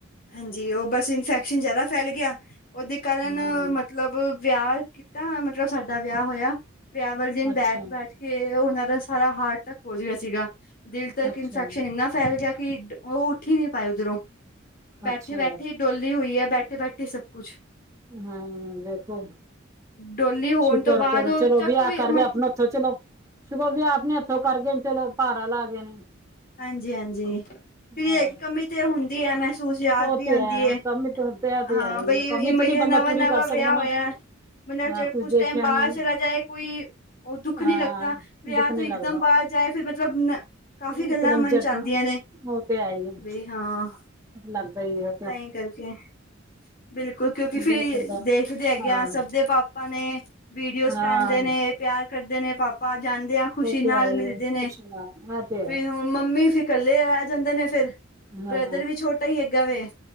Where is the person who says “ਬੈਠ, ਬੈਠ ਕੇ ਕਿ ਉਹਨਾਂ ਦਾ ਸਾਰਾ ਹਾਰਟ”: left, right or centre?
Left